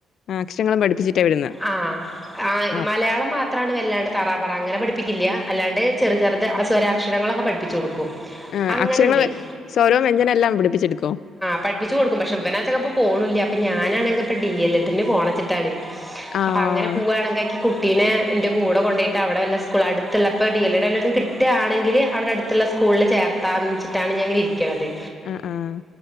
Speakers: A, on the left; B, in the centre.
A: ആ അക്ഷരങ്ങളും പഠിപ്പിച്ചിട്ടാ വിടുന്നത്
B: ആഹ് ആഹ്
A: ആ
B: മലയാളം മാ ത്രാണ് വല്ലാണ്ട് തറ പറ അങ്ങനെ പഠിപ്പിക്കില്ല്യ അല്ലാണ്ട് ചെറു ചെറുത് ആ സ്വരാക്ഷരങ്ങളൊക്കെ പഠിപ്പിച്ച് കൊടുക്കും
A: ആഹ്
B: അങ്ങനെ
A: അക്ഷരങ്ങൾ
B: ഉണ്ടേ
A: സ്വരവും വ്യഞ്ജനം എല്ലാം പഠിപ്പിച്ചെടുക്കോ
B: പഠിപ്പിച്ചും കൊടുക്കും പക്ഷെ ഇവനാച്ചങ്ങെ ഇപ്പോ പോണുല്ല അപ്പ ഞാനാണെങ്ക ഇപ്പ ഡി എൽ എഡിന് പോണച്ച് <unintelligible>
A: ആഹ്
B: അപ്പൊ അങ്ങനെ പൂവാണെങ്കി ഇക്ക് കുട്ടീനെ ഇന്റെ കൂടെ കൊണ്ടോയ്ട്ട് അവിടെ വല്ല സ്കൂൾ അടുത്തുള്ളപ്പോ ഡി എൽ <unintelligible> കിട്ട കിട്ടാണെങ്കില് അവിടെ അടുത്തുള്ള സ്കൂളിൽ ചേർത്താന്ന് വെച്ചിട്ടാണ് ഞാൻ ഇങ്ങനെ ഇരിക്കണത്
A: ആഹ് ആഹ്